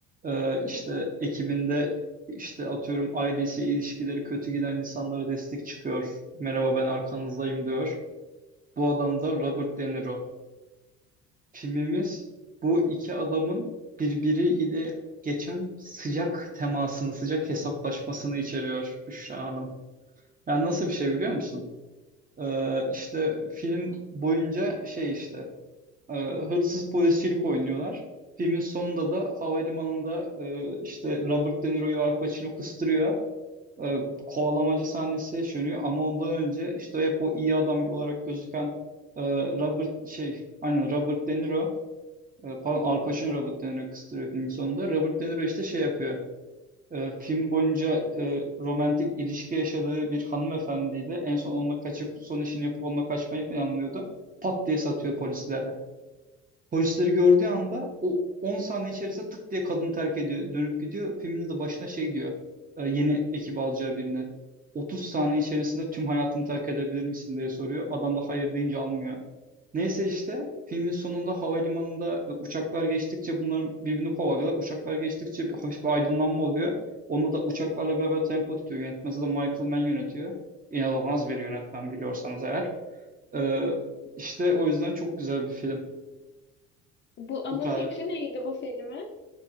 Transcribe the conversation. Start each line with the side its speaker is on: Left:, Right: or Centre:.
Right: E,
Left: Hı
Right: işte
Left: hı.
Right: ekibinde işte atıyorum ailesi ilişkileri kötü giden insanlara destek çıkıyor. Merhaba ben arkanızdayım diyor. Bu adam da Robert De Niro. Filmimiz bu iki adamın birbiriyle geçen sıcak temasını, sıcak hesaplaşmasını içeriyor Büşra Hanım. Yani nasıl bir şey biliyor musun? Ee, işte film boyunca şey işte e, hırsız polisçilik oynuyorlar. Filmin sonunda da havalimanında e, işte Robert De Niro'yu Al Pacino kıstırıyor. E, kovalamaca sahnesi yaşanıyor ama ondan önce işte hep o iyi adam olarak gözüken e, Robert şey aynen Robert De Niro e, pardon Al Pacino Robert De Niro'yu kıstırıyor filmin sonunda. Robert De Niro işte şey yapıyor. E, film boyunca e, romantik ilişki yaşadığı bir hanımefendiyle en son onunla kaçıp son işini yapıp onunla kaçmayı planlıyordu. Pat diye satıyor polislere. Polisleri gördüğü anda o 10 saniye içerisinde tık diye kadını terk ediyor. Dönüp gidiyor. Filmin de başına şey diyor. e, yeni ekip alacağı birini. 30 saniye içerisinde tüm hayatını terk edebilir misin diye soruyor. Adam da hayır deyince almıyor. Neyse işte filmin sonunda havalimanında e, uçaklar geçtikçe bunların birbirini kovalıyorlar. Uçaklar geçtikçe bir, hafif bir aydınlanma oluyor. Onunla da uçaklarla beraber tempo tutuyor yönetmen. Zaten Michael Mann yönetiyor. İnanılmaz bir yönetmen biliyorsanız eğer. Ee, işte o yüzden çok güzel bir film.
Left: Bu ana
Right: Bu kadar.
Left: fikri neydi bu filmin?